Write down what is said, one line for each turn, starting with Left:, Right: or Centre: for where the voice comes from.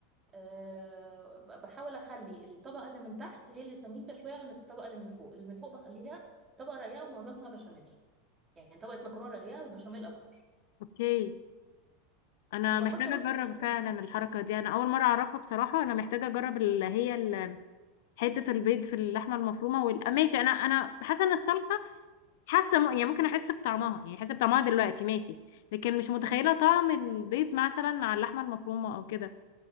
Right: أه بحاول اخلي الطبقه اللي من تحت هي اللي سميكه شويه عن الطبقه اللي من فوق اللي من فوق بخليها طبقه رقيقه ومعظمها بشاميل يعني طبقه مكرونه رقيقه والبشاميل اكتر
Left: اوكي انا
Right: وبحط
Left: محتاجه
Right: رز
Left: اجرب
Right: بشاميل
Left: فعلا الحركه دي انا اول مره اعرفها بصراحه انا محتاجه اجرب اللي هي ال- حته البيض في اللحمه المفرومه وال... ماشي انا انا حاسه ان الصلصه حاسه م... يعني ممكن احس بطعمها يعني احس بطعمها دلوقتي ماشي لكن مش متخيله
Right: مم.
Left: طعم البيض مثلا مع اللحمه المفرومه او كده